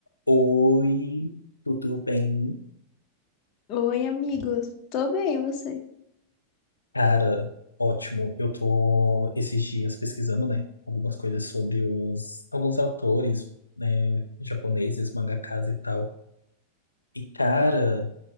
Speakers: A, on the left; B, on the left.
A: Oi, tudo bem?
B: Oi, amigos. Tô bem, e você?
A: Cara, ótimo. Eu tô esses dias pesquisando, né, algumas coisas sobre os alguns autores, né, japoneses, mangakas e tal. E cara,